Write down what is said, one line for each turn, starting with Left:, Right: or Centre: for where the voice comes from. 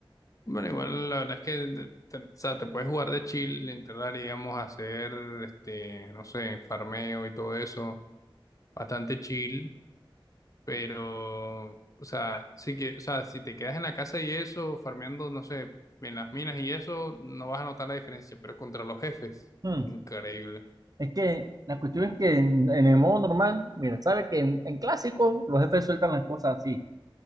Left: Bueno, igual la verdad es que de- te, o sea, te puedes jugar de chill, entrar, digamos, a hacer, este, no sé, farmeo y todo eso, bastante chill Pero, o sea, sí que, o sea, si te quedas en la casa y eso, farmeando, no sé, en las minas y eso, no vas a notar la diferencia, pero contra los jefes,
Right: Hmm.
Left: increíble.
Right: Es que la cuestión es que en, en el modo normal, mira, sabe que en, en clásico los jefes sueltan las cosas así.